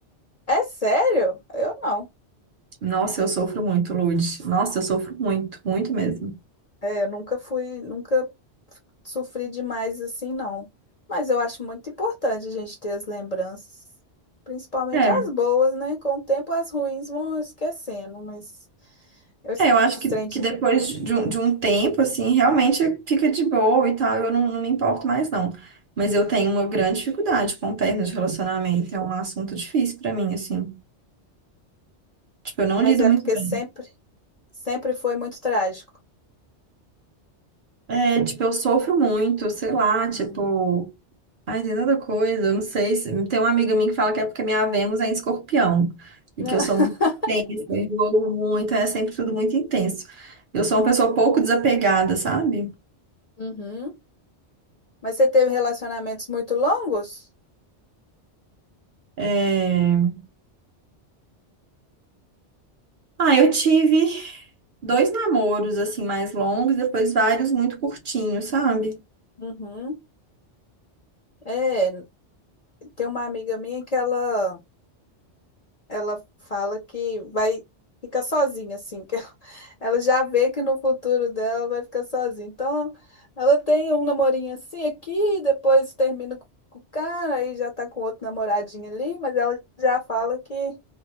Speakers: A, on the left (about 45°); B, on the right (about 55°).
A: É sério? Eu não.
B: Nossa, eu sofro muito, Lud. Nossa, eu sofro muito, muito mesmo.
A: É, eu nunca fui, nunca sofri demais assim, não. Mas eu acho muito importante a gente ter as lembranças, principalmente
B: É.
A: as boas, né? Com o tempo as ruins vão esquecendo, mas eu esses
B: É, eu acho que,
A: trem de...
B: que depois de um, de um tempo, assim, realmente fica de boa e tal, eu não, não me importo mais, não. Mas eu tenho uma grande dificuldade com término de relacionamento, é um assunto difícil pra mim, assim. Tipo, eu não
A: mas
B: lido
A: é
B: muito
A: porque
B: bem.
A: sempre, sempre foi muito trágico.
B: É, tipo, eu sofro muito, sei lá, tipo,
A: Hum.
B: ai, tem tanta coisa, eu não sei se... Tem uma amiga minha que fala que é porque minha Vênus é em escorpião, e
A: <laughs>
B: que eu sou muito intensa, eu envolvo muito, é sempre tudo muito intenso. Eu sou uma pessoa pouco desapegada, sabe?
A: Uhum. Mas você teve relacionamentos muito longos?
B: É... Ah, eu tive. dois namoros, assim, mais longos, depois vários muito curtinhos, sabe?
A: Uhum. É, tem uma amiga minha que ela ela fala que vai ficar sozinha, assim, que ela <laughs> ela já vê que no futuro dela vai ficar sozinha. Então, ela tem um namorinho assim aqui, depois termina com o cara, aí já tá com outro namoradinho ali, mas ela já fala que